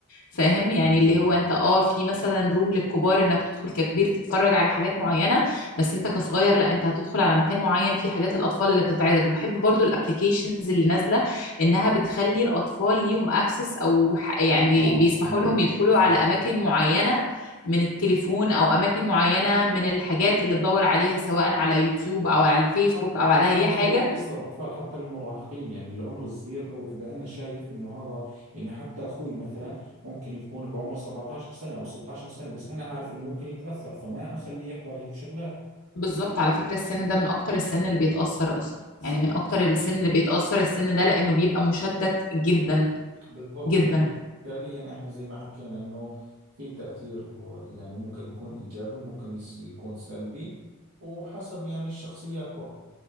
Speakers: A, on the left (about 65°); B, on the right (about 85°).
A: فاهم يعني
B: اه
A: اللي هو انت اه في مثلا روم للكبار انك تدخل ككبير تتفرج على حاجات معينة بس انت كصغير لا انت هتدخل على مكان معين فيه حاجات الأطفال اللي بتتعرض وبحب برضو الابليكيشنز اللي نازلة انها بتخلي الأطفال ليهم اكسس او ح- يعني
B: اه
A: بيسمحوا
B: ايوه
A: لهم يدخلوا
B: صح
A: على أماكن معينة من التليفون او اماكن معينه من الحاجات اللي تدور عليها سواء على يوتيوب او على الفيسبوك
B: صح
A: او على
B: حتى
A: اي
B: مش
A: حاجه
B: ضروري بس للأطفال حتى للمراهقين يعني العمر الصغير أو إذا أنا شايف إنه هذا يعني حتى أخوي مثلا ممكن يكون بعمر 17 سنة أو 16 سنة بس أنا عارف إنه ممكن يتأثر فما أخليه يحضر هيك شغلات
A: بالظبط على فكره السن ده من اكتر السن اللي بيتاثر اصلا
B: صح
A: يعني من اكتر
B: بالضبط
A: السن اللي بيتاثر السن ده لانه بيبقى مشتت جدا
B: بالضبط
A: جدا
B: يعني فعليا إحنا زي ما حكينا إنه في تأثير يعني ممكن يكون إيجابي ممكن يس- يكون سلبي وحسب يعني الشخصيات